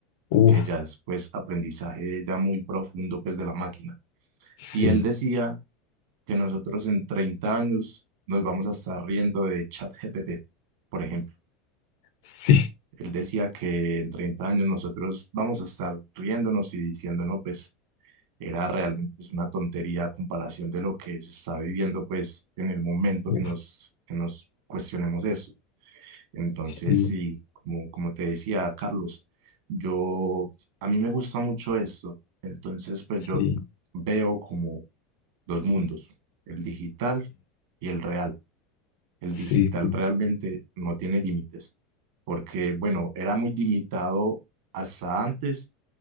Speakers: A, on the left; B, on the right.
A: uf,
B: que ya es pues aprendizaje ya muy profundo pues de la máquina.
A: sí,
B: Y él decía que nosotros en 30 años nos vamos a estar riendo de ChatGPT, por ejemplo.
A: sí,
B: Él decía que en 30 años nosotros vamos a estar riéndonos y diciendo, no, pues era realmente pues, una tontería a comparación de lo que se está viviendo pues en el momento
A: uf,
B: que nos, que nos cuestionemos eso. Entonces,
A: sí,
B: sí, como, como te decía, Carlos, yo, a mí me gusta mucho esto. Entonces, pues
A: sí,
B: yo veo como dos mundos, el digital y el real. el
A: sí,
B: digital
A: sí,
B: realmente no tiene límites, porque bueno, era muy limitado hasta antes,